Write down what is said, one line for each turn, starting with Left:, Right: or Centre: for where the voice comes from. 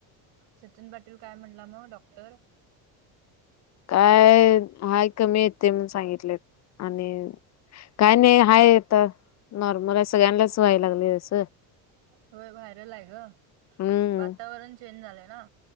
Right: सचिन पाटील काय म्हणलं मग डॉक्टर.
Left: काय हाय कमी येते मण सांगितले आणि. काय नाही हाय तर नॉर्मल असं सगळ्यांना व्हाय लागले तस.
Right: होय वायरल आहे ग
Left: हम्म
Right: वातावरण चेंज झालंय ना.